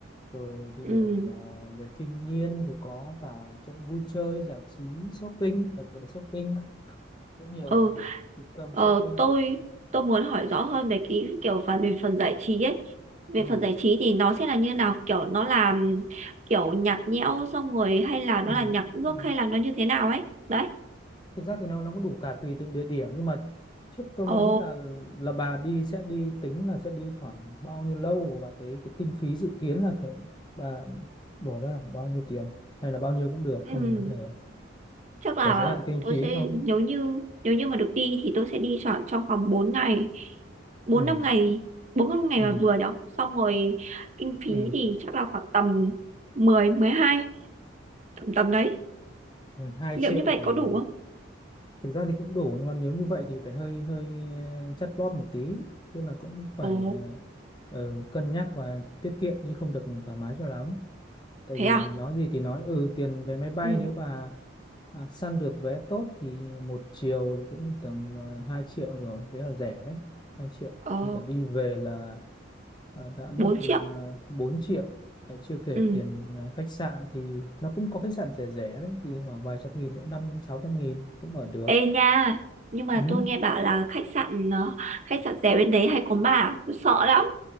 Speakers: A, on the left; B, on the right.
A: rồi địa
B: Ừm,
A: điểm à, về thiên nhiên thì có cả chỗ vui chơi giải trí shopping đặc biệt là shopping rất nhiều
B: Ừ.
A: trung tâm
B: Ờ,
A: shopping
B: tôi tôi muốn hỏi rõ hơn về cái kiểu phần về phần giải trí ấy về
A: ừ.
B: phần giải trí thì nó sẽ là như nào kiểu nó là ừm, kiểu nhạc nhẽo xong rồi hay là nó
A: Ừ.
B: là nhạc nước
A: Ừ.
B: hay là nó như thế nào ấy đấy
A: thực ra thì nó nó cũng đủ cả tùy từng địa điểm nhưng mà trước tôi
B: ồ
A: muốn biết là là bà đi sẽ đi tính là sẽ đi khoảng bao nhiêu lâu và cái cái kinh phí dự kiến là phải bà bỏ ra là khoảng bao nhiêu tiền hay là bao nhiêu cũng được
B: ừm,
A: không thành vấn đề
B: chắc là
A: có giới hạn kinh
B: tôi
A: phí
B: sẽ
A: không
B: nếu như nếu như mà được đi thì tôi sẽ đi chọn trong vòng 4 ngày bốn
A: ừ
B: năm ngày bốn năm ngày
A: ừ
B: là vừa nhở xong rồi kinh phí
A: ừ
B: thì chắc là khoảng tầm mười mười hai tầm tầm đấy
A: mười hai
B: liệu
A: triệu
B: như vậy
A: thì
B: có đủ không
A: thực ra thì cũng đủ nhưng mà nếu như vậy thì phải hơi hơi ờ, chắt bóp một tí tức là cũng phải
B: ồ
A: ờ, ờ, cân nhắc và tiết kiệm chứ không được thoải mái cho lắm tại
B: thế
A: vì
B: à
A: nói gì thì nói ừ tiền vé máy bay
B: ừ
A: nếu mà à, săn được vé tốt thì một chiều thì cũng tầm uh, 2 triệu rồi đấy là rẻ đấy hai triệu
B: ồ
A: thì cả đi về là ờ, đã mất
B: bốn triệu
A: uh, 4 triệu đấy, chưa kể
B: ừ
A: tiền ờ, khách sạn thì nó cũng có khách sạn rẻ rẻ đấy thì khoảng vài trăm nghìn nữa năm sáu trăm nghìn cũng ở được
B: Ê nha, nhưng mà
A: ừ.
B: tôi nghe bảo là khách sạn ờ, khách sạn rẻ bên đấy hay có ma, à? tôi sợ lắm.